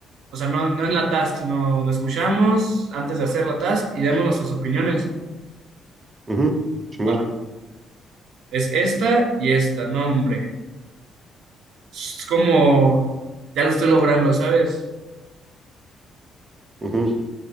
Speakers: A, on the right; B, on the right.
A: o sea, no, no en la task, sino la escuchamos antes de hacer la task y damos nuestras opiniones.
B: mhm, Simón,
A: Va, es esta y esta, no, hombre. Es como, ya lo estoy logrando, ¿sabes?
B: ujú,